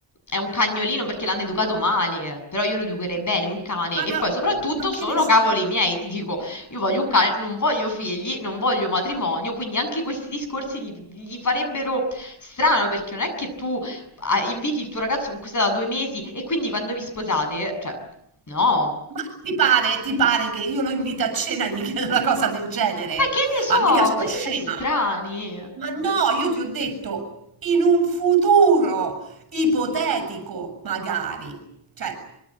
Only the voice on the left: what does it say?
è un cagnolino perché l'hanno educato male, eh. però io lo educherei bene, un cane.
E
poi soprattutto
sono
cavoli miei, ti dico, io voglio un cane, non voglio figli, non voglio matrimonio, quindi anche questi discorsi gli, gli farebbero strano perché non è che tu ah, inviti il tuo ragazzo con cui sei da due mesi e quindi quando vi sposate, cioè, no.
E beh, che ne so,
voi
siete strani.